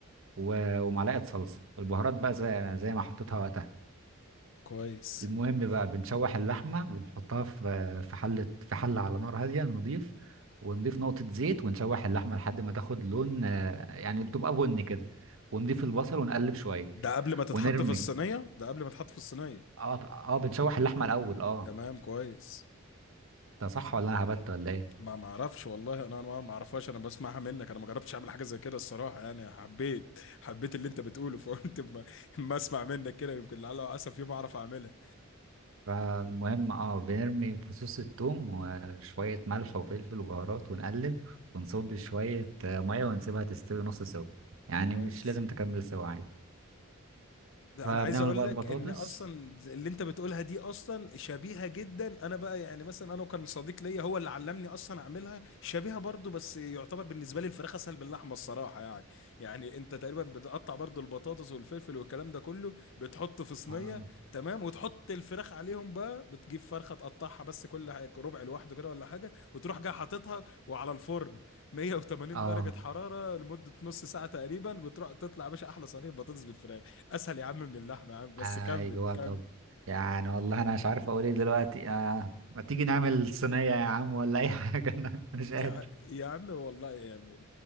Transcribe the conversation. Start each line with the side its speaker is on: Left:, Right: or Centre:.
Right: و- ومعلقة صلصة والبهارات بقى زي زي ما حطيتها وقتها
Left: كويس
Right: المهم بقى بنشوح اللحمة بنحطها في في حلة في حلة على نار هادية نضيف ونضيف نقطة زيت ونشوح اللحمة لحد ما تاخد لون آه، يعني بتبقى بني كده ونضيف البصل ونقلب شوية
Left: ده قبل ما تتحط
Right: ونرمي
Left: في الصينيه ده قبل ما تتحط في الصينيه
Right: اه اه بنشوح اللحمة الأول اه
Left: تمام كويس
Right: ده صح ولا أنا هبت ولا ايه
Left: ما ما اعرفش والله انا ما ما اعرفهاش انا بسمعها منك انا ما جربتش اعمل حاجه زي كده الصراحه يعني حبيت حبيت اللي انت بتقوله فقلت <laughs> ما, ما اسمع منك كده يمكن لعل وعسى في يوم اعرف اعملها
Right: فالمهم اه بنرمي فصوص الثوم وشوية ملح وفلفل وبهارات ونقلب ونصب شوية آه، مية ونسيبها تستوي نص سوا يعني
Left: كويس
Right: مش لازم تكمل سوا عادي
Left: لا،
Right: فبنعمل
Left: انا عايز اقول
Right: بقى
Left: لك
Right: البطاطس
Left: ان اصلا اللي انت بتقولها دي اصلا شبيهه جدا انا بقى يعني مثلا انا وكان صديق ليا هو اللي علمني اصلا اعملها شبيهه برضو بس يعتبر بالنسبه لي الفراخ اسهل باللحمه الصراحه يعني يعني انت تقريبا بتقطع برضو البطاطس والفلفل والكلام ده كله بتحطه في صينيه
Right: آه،
Left: تمام وتحط الفراخ عليهم بقى بتجيب فرخه تقطعها بس كل حاجة- ربع لوحده كده ولا حاجه وتروح جاي حاططها وعلى الفرن 180
Right: اه
Left: درجه حراره لمده نص ساعه تقريبا بتروح تطلع يا باشا احلى صينيه بطاطس بالفراخ اسهل يا عم من اللحمه يا عم بس
Right: ايوه
Left: كمل كمل
Right: طب يعني والله انا مش عارف اقول ايه دلوقتي آه. ما تيجي نعمل صينية يا عم ولا اي حاجة <laughs> انا مش
Left: يا
Right: قادر
Left: ع- يا عم والله يا عم ن-